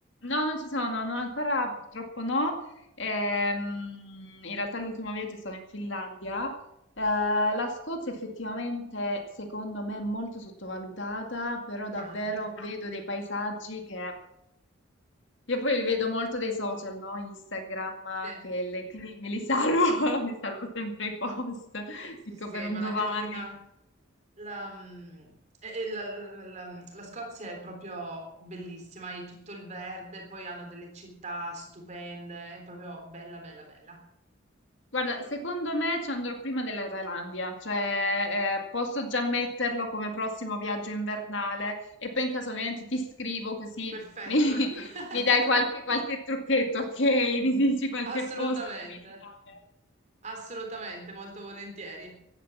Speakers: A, on the left (about 60°); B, on the right (about 35°).
A: No, non ci sono, no, no, ancora purtroppo no. Ehm, in realtà l'ultimo viaggio è stato in Finlandia. Eh, la Scozia effettivamente, secondo me, è molto sottovalutata, però davvero
B: tanto.
A: vedo dei paesaggi che io poi li vedo molto dai social, no? Instagram,
B: Sì,
A: quelle, quindi me li salvo, <laughs> mi salvo sempre i post,
B: sì,
A: dico
B: sì,
A: per un
B: ma la,
A: domani.
B: la- La, mm, e- e la- la- la- la Scozia è proprio bellissima, hai tutto il verde, poi hanno delle città stupende, è proprio bella, bella, bella.
A: Guarda, secondo me ci andrò prima della Thailandia, cioè eh, posso già metterlo come prossimo viaggio invernale e poi in caso ovviamente ti scrivo così
B: Perfetto,
A: mi, <laughs>
B: <laughs>
A: mi dai qualche, qualche trucchetto, ok? Mi dici qualche
B: Assolutamente,
A: posto da visitare.
B: assolutamente, molto volentieri.